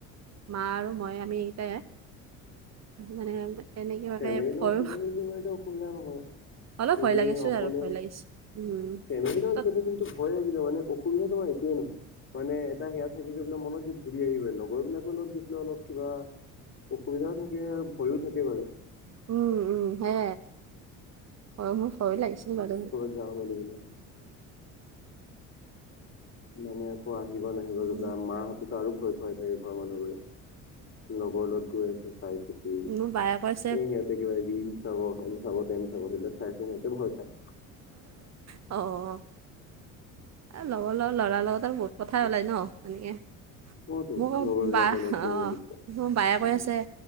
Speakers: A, on the right; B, on the left.
A: মা আৰু মই আমি এইটাই আৰু মানে তেনেকুৱাকে
B: এমেলিললে
A: ভয়
B: মিল মাৰ সুবিধা নহয়
A: অলপ ভয়
B: এনেই
A: লাগিছে
B: অকলে
A: আৰু ভয় লাগিছে উম
B: ফেমিলি লগত
A: তাত
B: গ'লে কিন্তু হয়িল মানে অসুবিধা তোমাৰ একোৱেই নহয় মানে এটা সেয়া থাকে গৈ পেলাই মনত যে ঘূৰি আহিব লগৰ বিলাকৰ লগত গৈ পেলাই অলপ কিবা অসুবিধাও থাকে আৰু ভয়ো থাকে বাৰু
A: উম উম হে হয় মোক ভয়েই লাগিছিল বাৰু
B: য মেলিলে মানে আকৌ আহিব নাহিব
A: উম
B: যা মাহঁততো আৰু ভয় খুৱাই থাকে ঘৰ মানুহ ঘোৰে লগৰ লগ গৈ আছে চাই চিতি এই
A: মোৰ বায়ে কৈছে
B: সিহঁত একেবাৰে চাব চাব চাব সেইবিলাক চাই চাই সিহো ভয় খায়
A: অ এই লগৰ লগ ল'ৰাৰ লগত আৰু বহুত কথাই ওলায় ন এনেকৈ
B: অতো
A: মোৰ
B: লগৰ বিলাকৰ
A: ব
B: লগত
A: অ
B: গৈ মেলি
A: মোৰ বায়ে কৈ আছে